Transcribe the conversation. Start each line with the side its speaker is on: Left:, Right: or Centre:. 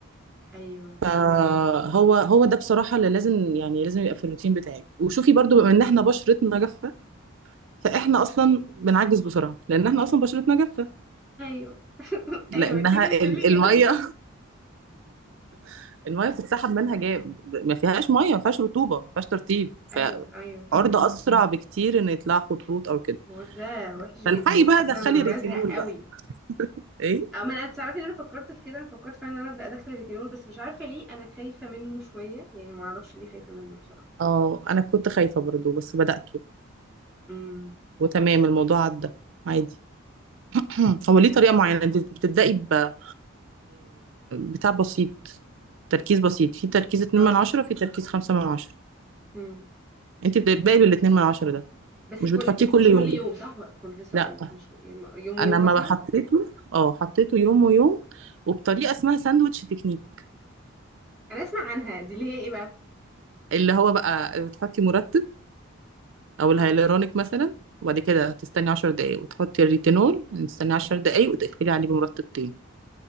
Centre: ايوه
Right: فهو
Centre: اه
Right: هو ده بصراحة اللي لازم يعني لازم يبقى في الروتين بتاعك وشوفي برضو بما ان احنا بشرتنا جافة فاحنا اصلا بنعجز بسرعة لان احنا اصلا بشرتنا جافة
Centre: ايوه <laughs>
Right: لانها
Centre: ايوه انت ليه بتقولي
Right: ال-
Centre: كده
Right: المية <laughs> المية بتتسحب منها جاي ما فيهاش مية ما فيهاش رطوبة ما فيهاش ترطيب
Centre: <laughs> ايوه
Right: فعرضة
Centre: ايوه
Right: اسرع بكتير ان يطلع خطوط او كده
Centre: الحوار ده وحش جدا
Right: فالحقي بقى
Centre: اصلا
Right: دخلي
Centre: انا
Right: ريتينول
Centre: بزهق
Right: بقى
Centre: قوي
Right: ايه
Centre: او ما انا تعرفي ان انا فكرت في كده انا فكرت فعلا ان انا ابدا ادخل الريتينول بس مش عارفه ليه انا خايفه منه شويه يعني ما اعرفش ليه خايفه منه بصراحه
Right: اه انا كنت خايفة برضو بس بدأته
Centre: امم
Right: وتمام الموضوع عدى عادي <clears throat> هو ليه طريقة معينة انت بتبدأي ب... بتاع بسيط تركيز بسيط في تركيز 2
Centre: اه
Right: من 10 في تركيز 5 من 10
Centre: امم
Right: انت بتبدأي بال 2 من 10 ده
Centre: بس
Right: مش
Centre: كل
Right: بتحطيه
Centre: بس
Right: كل
Centre: مش
Right: يوم
Centre: كل يوم صح كنت لسه
Right: لا
Centre: اقول لك مش كل- يوم ويوم
Right: انا لما
Centre: مثلا
Right: حطيته اه حطيته يوم ويوم وبطريقه اسمها ساندوتش تكنيك
Centre: انا اسمع عنها دي اللي هي ايه بقى
Right: اللي هو بقى بتحطي مرطب او الهيالورونيك
Centre: اه
Right: مثلا وبعد كده تستني 10 دقايق وتحطي الريتينول تستني 10 دقايق وتقفلي عليه بمرطب تاني